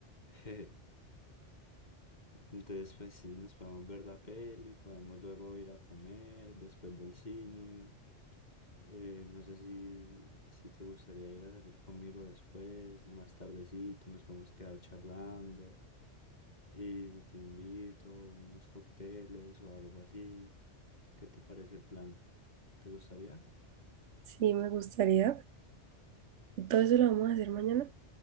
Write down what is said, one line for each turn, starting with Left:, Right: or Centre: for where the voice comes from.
Left: <laughs> Entonces, pues sí, nos podemos ver la peli, podemos luego ir a comer después del cine. Eh, no sé si, si te gustaría ir a salir conmigo después, más tardecito, nos podemos quedar charlando y te invito unos cócteles o algo así. ¿Qué te parece el plan? ¿Te gustaría?
Right: Sí, me gustaría. Todo eso lo vamos a hacer mañana.